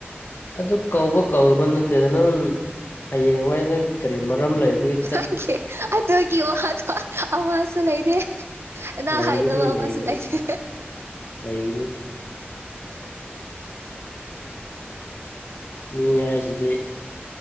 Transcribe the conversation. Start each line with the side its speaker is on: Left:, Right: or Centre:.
Left: ꯑꯗꯨ ꯀꯧꯕ ꯀꯧꯔꯕ ꯠꯇꯗ ꯅꯪ ꯍꯌꯦꯡ ꯍꯣꯏ ꯅꯪ ꯀꯔꯤ ꯃꯔꯝ ꯂꯩꯕꯒꯤ
Right: ꯅꯪꯒꯤ ꯑꯗꯨꯒꯤ ꯋꯥꯗꯣ ꯑꯃꯁꯨ ꯂꯩꯇꯦ ꯅꯪ
Left: ꯂꯩꯒꯅꯤ
Right: ꯍꯥꯏꯗꯕ ꯑꯃꯁꯨ
Left: ꯂꯩꯒꯅꯤ
Right: ꯂꯩꯇꯦ
Left: ꯂꯩꯒꯅꯤ ꯃꯤ ꯍꯥꯏꯁꯤꯗꯤ